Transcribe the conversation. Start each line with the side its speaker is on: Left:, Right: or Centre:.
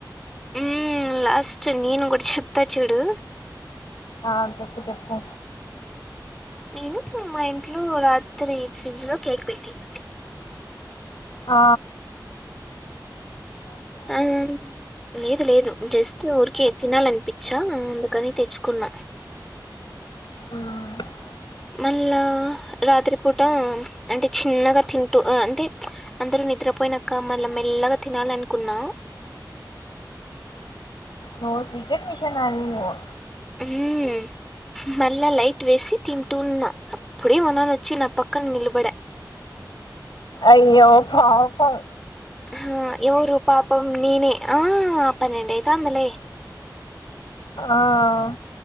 Centre: మ్.. లాస్ట్ నేను కూడా చెప్తా చూడు
Left: ఆ చెప్పు చెప్పు
Centre: నేను మా ఇంట్లో రాత్రి ఫ్రిడ్జ్ లో కేక్ పెట్టిన
Left: ఆ...
Centre: ఆ లేదు లేదు జస్ట్ ఊరికే తినాలనిపించా మ్ అందుకని తెచ్చుకున్నా
Left: మ్..
Centre: మళ్ళా రాత్రి పూట అంటే చిన్నగా తింటూ అంటే అందరూ నిద్రపోయినాక మళ్ళా మెల్లగా తినాల అనుకున్నా
Left: నువు సీక్రెట్ మిషన్ అని నువు
Centre: మ్... మళ్ళా లైట్ వేసి తింటూన్నా అప్పుడే మా న్నాన వచ్చి నా పక్కన నిలబడ
Left: అయ్యో పాపం
Centre: ఆ యవరు పాపం నేనే ఆ అ పన్నెండయితంది లే
Left: ఆ